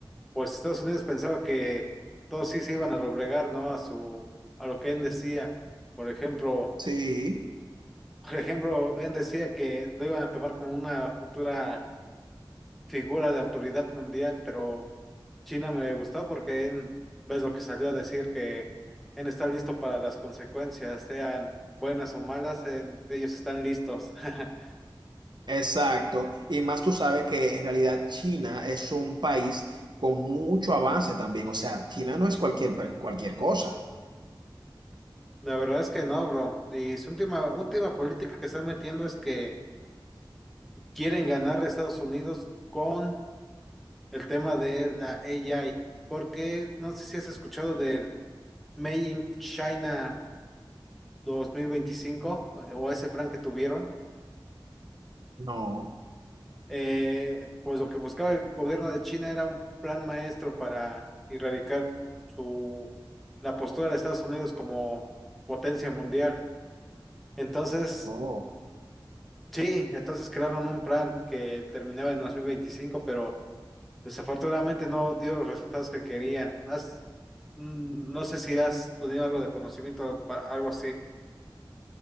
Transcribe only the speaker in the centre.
Pues Estados Unidos pensaba que todos sí se iban a doblegar, ¿no? A su, a lo que él decía. Por ejemplo,
<laughs> por ejemplo, él decía que lo iban a tomar como una futura figura de autoridad mundial, pero China me gustó porque él, ves lo que salió a decir, que él está listo para las consecuencias, sean buenas o malas, en- ellos están listos. <laughs>
La verdad es que no, bro. Y su última, última política que están metiendo es que quieren ganar a Estados Unidos con el tema de la AI, porque no sé si has escuchado del Made in China dos mil veinticinco eh, o ese plan que tuvieron.
Eh, pues lo que buscaba el gobierno de China era un plan maestro para erradicar su, la postura de Estados Unidos como potencia mundial. Entonces,
sí, entonces crearon un plan que terminaba en dos mil veinticinco pero... Desafortunadamente no dio los resultados que querían. Has- mm, no sé si has tenido algo de conocimiento, pa- algo así.